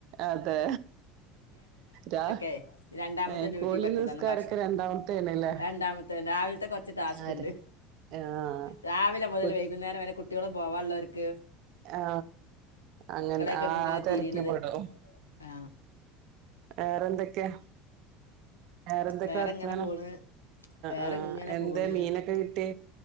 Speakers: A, on the right; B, on the left.
A: അതെ രാ
B: െ രണ്ടാമത്തെ
A: ഏഹ്
B: ഡ്യൂട്ടി
A: കുളി
B: പെട്ടതാണ്ക്ഷ
A: നിസ്കാരൊക്കെ രണ്ടാമത്തേണ്ല്ലേ
B: രണ്ടാമത്തെ രാവിലത്തെ കുറച്ച് ടാസ്ക്
A: ആര്
B: ഉണ്ട്
A: ആഹ്
B: രാവിലെ മുതൽ
A: കു
B: വൈകുന്നേരം വരെ കുട്ടികളും പോവ എല്ലർക്ക്
A: ആ അങ്ങനെ
B: കിടന്ന്
A: ആ
B: ഇങ്ങനെ
A: ആ
B: തിരിയണത്
A: രക്ക പടും
B: ആ
A: വേറെന്തൊക്ക കെ വേറെന്തൊക്കെ
B: വേറെ
A: വർത്തനം
B: ഇങ്ങനെ പോണ് വേറെ
A: ആ
B: ഇങ്ങനെ
A: എന്താ
B: പോണ്
A: മീനൊക്കെ കിട്ടി